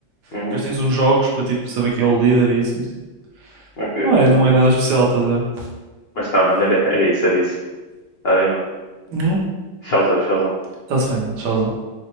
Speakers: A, on the left (about 70°); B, on the right (about 70°).
A: Uhum.
B: depois tens uns jogos para tipo, saber quem é o líder e isso, mas tipo,
A: Ok,
B: não
A: vou
B: é,
A: entender.
B: não é nada especial, estás a ver?
A: Mas tá, mano, era, era isso, era isso. Tá bem, mano.
B: Uhum.
A: Tchauzão, tchauzão.
B: Está-se bem, mano, tchauzão.